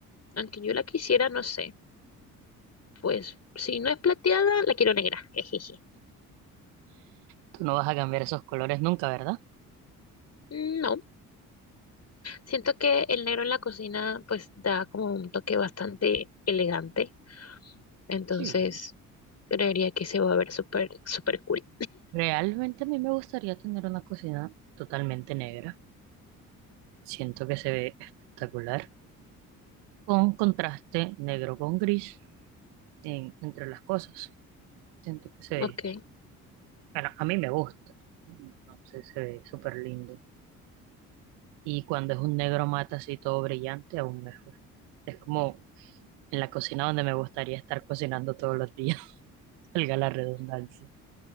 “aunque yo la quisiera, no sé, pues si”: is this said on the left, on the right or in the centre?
Left